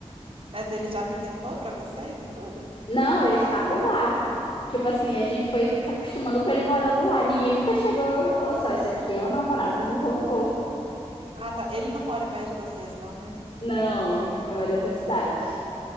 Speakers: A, on the right (about 55°); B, on the left (about 50°).
A: Mas ele já apresentou pra vocês e tudo?
B: Não, ele tá por lá. Tipo assim, a gente foi se acostumando com ele morando lá. Ninguém nunca chegou e falou assim, ó, esse aqui é o namorado do vovô.
A: Ah, tá. Ele não mora perto de vocês, não, né?
B: Não, eu moro em outra cidade.